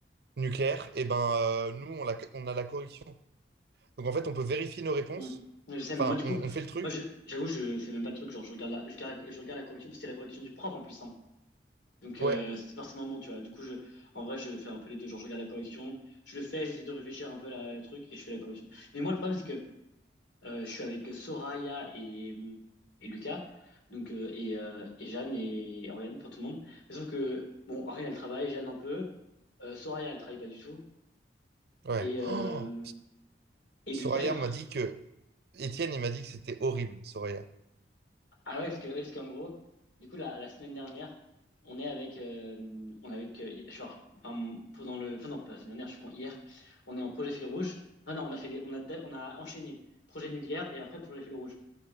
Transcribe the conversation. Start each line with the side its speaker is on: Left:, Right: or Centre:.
Right: nucléaire, et ben, euh, nous, on, la- on a la correction. Donc, en fait, on peut vérifier nos réponses.
Left: Hmm. Ouais, Je sais, mais
Right: Enfin,
Left: moi, du
Right: on,
Left: coup,
Right: on fait le truc.
Left: moi, je- j'avoue, je fais même pas le truc. Genre, je regarde la, je regarde, la, je regarde la correction, parce que c'est la correction du prof en plus, hein. Donc,
Right: Ouais,
Left: euh, c'est forcément bon, tu vois. Du coup, je, en vrai, je fais un peu les deux. Genre, je regarde la correction, je le fais, j'essaie de réfléchir un peu la, le truc, et je fais la correction. Mais moi, le problème, c'est que euh, je suis avec Soraya et, et Lucas, donc, euh, et, euh, et Jeanne et Oriane, pour tout le monde. Mais sauf que, bon, Oriane, elle travaille, Jeanne un peu, euh, Soraya, elle travaille pas du tout,
Right: ouais.
Left: et, euh,
Right: Oh
Left: et Lucas,
Right: Soraya
Left: il travaille.
Right: m'a dit que... Étienne, il m'a dit que c'était horrible, Soraya.
Left: Ah ouais, parce que, ouais, parce qu'en gros, du coup, la, la semaine dernière, on est avec, euh, on est avec, euh, hi- genre, enfin, pendant le, enfin non, pas la semaine dernière, je suis con, hier, on est en projet fil rouge. Ah non, on a fait les, on a, da- on a enchaîné projet nucléaire et après projet fil rouge.